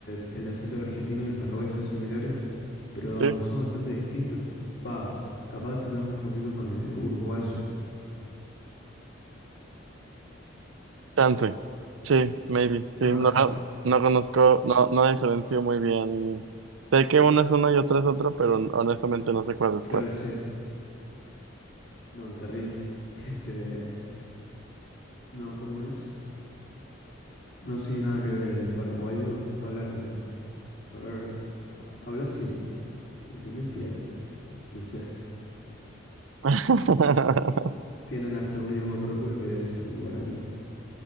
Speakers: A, on the left (about 60°); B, on the right (about 75°).
A: que el acento argentino y Paraguay son similares, pero
B: Sí,
A: son bastante distintos. Va, capaz te estás confundiendo con el uruguayo.
B: chance. Sí, maybe. Sí,
A: Ah.
B: no, no conozco, no, no diferencio muy bien. Sé que uno es uno y otro es otro, pero honestamente no sé cuál es
A: Claro,
B: cuál.
A: sí. No, terrible. <laughs> Este, no, ¿cómo es? No, sí, nada que ver. El paraguayo habla como, a ver, ha- habla así. Usted me entiende. No sé.
B: <laughs>
A: Tienen hasta un idioma propio que es el guaraní.